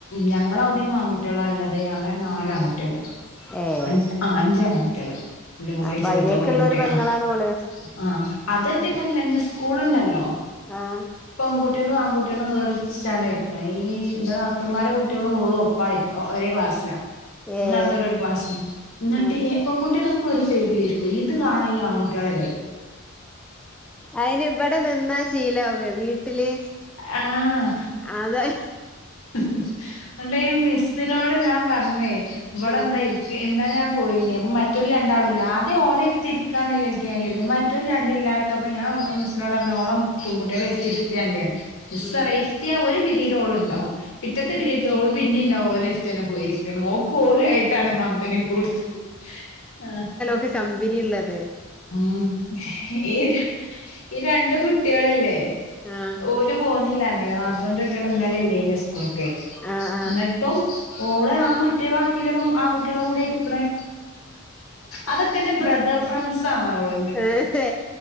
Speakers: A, on the left; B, in the centre.
A: ഞങ്ങളവടെയും ആൺകട്ട്യാളാല്ലത് അവിടെ നാല് ആൺകുട്ട്യാള്
B: ഏഹ്
A: അഞ്ച് ആഹ് അഞ്ചാങ്കുട്ട്യാള് ഇന്റെ കൂടെ
B: അപ്പൊ
A: ചെറുതും
B: അയിലേക്കുള്ള
A: കൂടി കൂട്ടി
B: ഒരു പെങ്ങളാണ്
A: ആഹ്
B: ഓള്
A: ആഹ് അതൊറ്റക്കല്ല ഞ്ഞി സ് കൂളുണ്ടല്ലോ
B: ആഹ്
A: പെൺകു കുട്ട്യാളും ആൺകുട്ട്യാളും വേറ്ര്ച്ചാണ്ടാ ഇരിക്ക്ണെ ഈ ഇന്റെ നാ ത്തൂമ്മാരെ കുട്ടിയേളും ഓളും ഒപ്പായിര് ഒ ഒരേ ക്ലാസ്സിലാ മൂന്നാൾക്കാരും
B: ഏഹ്
A: ഒരു ക്ലാസ്സില ഇന്നട്ട്
B: ആഹ്
A: ഈ പൺകുട്ട്യാളൊക്കെ ഒരു സൈഡിലിരി ഈത് കാണു ഈ ആൺകുട്ട്യാളെടേല്
B: അയിന് ഇവിടെ നിന്നാ ശീലാവേ വീട്ടില്
A: ആഹ്
B: അതെ
A: ഇന്നട്ട് ഈ മിസ്സിനോട് ഞാൻ പർഞ്ഞേ ഇവളെന്താ
B: ആഹ്
A: ഇ ക്കി എന്നാ ഞാൻ പോയിനി അപ്പൊ മറ്റോല് രണ്ടാളും ഇല്ല ആദ്യം ഓലെട്ത്തിരിക്കാന്നില്ലെൽക്കാ ഞാൻ കര്തേ മറ്റൊല് രണ്ടില്ലാ പ്പൊ ഞാൻ ഓൽ മിസ്സിനോടർഞ്ഞു ഓളെ പെൺകുട്ട്യാളെട്ത്തിര്ത്തിയാണ്ടിയർഞ്ഞു മിസ്സറിയാ
B: ഉം
A: ഇര്ത്തിയാ ഒരു പിരീഡോള്ണ്ടാവും പിറ്റത്തെ പിരീഡോള് പിന്നിണ്ടാവും ഓലെര് ത്തന്നെ പോയിരിക്ക്ണ് ഓക്ക് ഓലു ആയിട്ടാണ് കമ്പനി കൊടുത്ത് ആഹ്
B: <unintelligible> കമ്പിനിള്ളത്
A: ഉം ഈ ഈ ഈ രണ്ട് കുട്ട്യാളല്ലേ
B: ആഹ്
A: ഓല് പോന്നില്ലാർഞ്ഞിലേ നാത്തൂന്റെട്ട്യാള് ഇന്നലെല്ലേനി സ്കൂൾ ക്ക്
B: ആഹ് ആഹ്
A: ഇന്നട്ടും ഓള് ആ മറ്റേ വ ക്കില്ല പെൺ ആൺകുട്ട്യാളെ കൂടെ ഇര്ക്ക്ണെ അതൊക്കെന്റെ ബ്രദർ ഫ്രണ്ട്സാന്ന ഓള്
B: ഏഹ്